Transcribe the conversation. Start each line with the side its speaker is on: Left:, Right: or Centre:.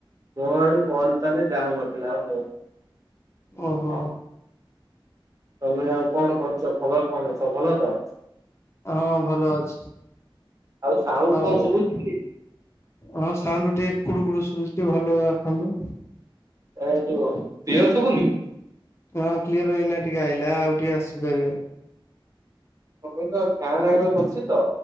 Right: ମୋ ଆଡୁ କଲ୍ ତାହେଲେ ଯାଉନଥିଲା ଆଉ ହଉ
Left: ଓହୋ।
Right: ହ ତମେ ଆଉ କଣ କରୁଚ ଖବର କଣ ସବୁ ଭଲ ତ?
Left: ହଁ ଭଲ ଅଛି।
Right: ଆଉ ସାଉଣ୍ଡ
Left: ଆଉ
Right: କଣ ସବୁଚି କି?
Left: ହଁ ସାଉଣ୍ଡ ଟିକେ କୁଡୁ କୁଡୁ ଶୁବୁଚି ଟିକେ ଭଲ ଆ ଆସନ୍ତୁ।
Right: ଏ ଯୋଉ କ୍ଳିଅର ସୁବୁନି?
Left: ହଁ କ୍ଲିୟର ଏଇନା ଟିକେ ଆଇିଲା ଆଉ ଟିକେ ଆସି ପାରିବ
Right: କ କଇଲ ଫ୍ୟାନ ଆଗରେ ବସିଚି ତ